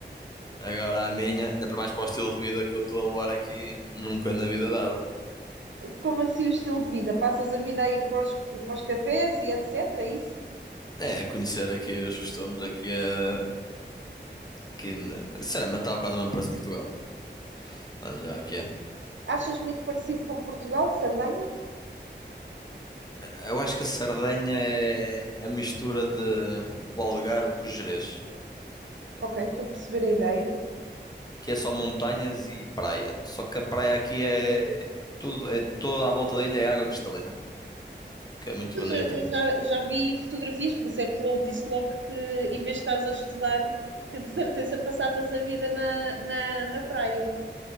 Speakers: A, on the left; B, on the right.
A: Agora a minha, ainda para mais para o estilo de vida que eu estou a levar aqui, nunca na vida dava.
B: Como assim o estilo de vida? Passas a vida a ir para os, para os cafés e etc. É isso?
A: É, conhecer aqui os costumes, aqui, é aqui na- sinceramente, está quase o mesmo preço de Portugal. Mas já é o que é.
B: Achas muito parecido com Portugal, Sardenha?
A: Eu acho que a Sardenha é é a mistura de do Algarve com o Gerês.
B: Ok, estou a perceber a ideia.
A: Aqui é só montanhas e praia. Só que a praia aqui é tudo, é toda à volta da ilha é água cristalina. que é muito
B: Pois
A: bonita.
B: eu eu já, já vi fotografias, por isso é que eu disse logo que em vez de estares a estudar, que de certeza passavas a vida na, na, na praia.